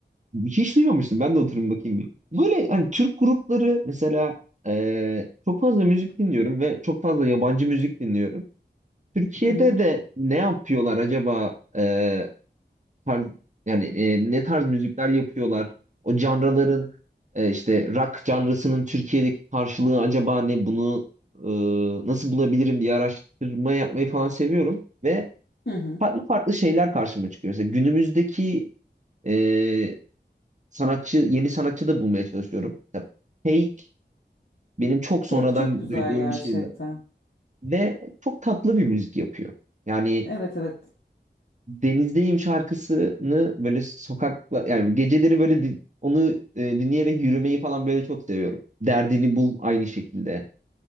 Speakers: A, on the right; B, on the left.
A: Hiç duymamıştım. Ben de oturum bakayım bir. Böyle hani Türk grupları mesela eee, çok fazla müzik dinliyorum ve çok fazla yabancı müzik dinliyorum. Türkiye'de
B: Hı hı.
A: de ne yapıyorlar acaba eee, tarz, yani eee, ne tarz müzikler yapıyorlar? O canraların eee, işte rock canrasının Türkiye'deki karşılığı acaba ne? Bunu eee, nasıl bulabilirim diye araştırma yapmayı falan seviyorum ve
B: Hı hı.
A: farklı farklı şeyler karşıma çıkıyor. Mesela günümüzdeki e, sanatçı, yeni sanatçı da bulmaya çalışıyorum. Ya, Fake benim çok sonradan
B: Peak çok güzel
A: duyduğum
B: gerçekten.
A: bir şeydi. Ve çok tatlı bir müzik yapıyor. Yani
B: Evet evet.
A: Denizdeyim şarkısını böyle sokakla yani geceleri böyle din- onu e, dinleyerek yürümeyi falan böyle çok seviyorum. Derdini bul aynı şekilde.